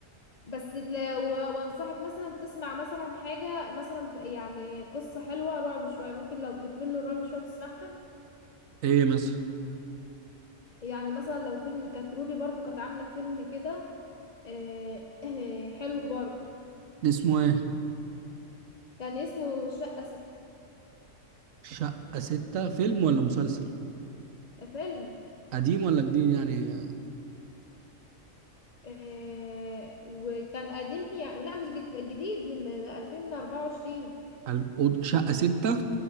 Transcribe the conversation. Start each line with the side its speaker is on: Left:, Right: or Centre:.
Left: بس لو وانصحك مثلا تسمع مثلا حاجة مثلا خ- يعني قصة حلوة رعب شوية ممكن لو بتمل الرعب شوية تسمعها
Right: ايه مثلا
Left: يعني مثلا لو فيلم كانت روبي برضو كانت عاملة فيلم كده آه، <clears throat> حلو برضو
Right: اسمه ايه
Left: كان اسمه شقة ست
Right: شقة ستة فيلم ولا مسلسل
Left: فيلم
Right: قديم ولا جديد يعني
Left: آه وكان قديم يعني لا مش جد- جديد من 2024
Right: ال- أوض- شقة ستة